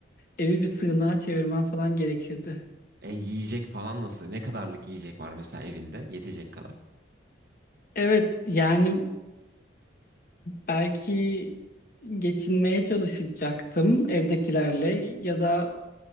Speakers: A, on the left; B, on the right.
A: evi bir sığınağa çevirmem falan gerekirdi.
B: E, yiyecek falan nasıl? Ne kadarlık yiyecek var mesela evinde? Yetecek kadar.
A: Evet yani belki geçinmeye çalışacaktım evdekilerle ya da